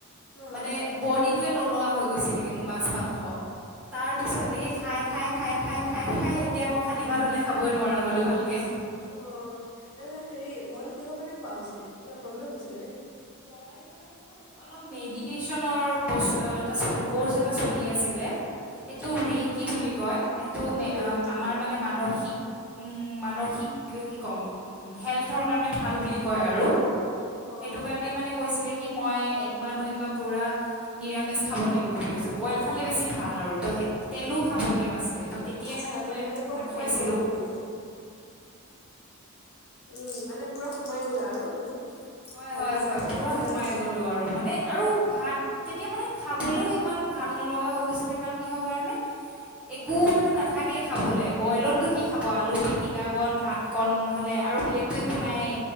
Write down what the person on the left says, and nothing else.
হাঁ
অঁ
অ' হেৰি বইল কিহৰ কাৰণে খোৱা হৈছিলে কিবা প্ৰব্লেম হৈছিলে নে কি?
অঁ ৰেইকি
অ'
আচ্ছা
তুমি মানে পুৰা
সোমাই গ'লা মানে উম মানে? পূৰা সোমাই গ'লা আৰু সেইটোত?
ভালকৈ
চাগে
সেইটো
কাৰণে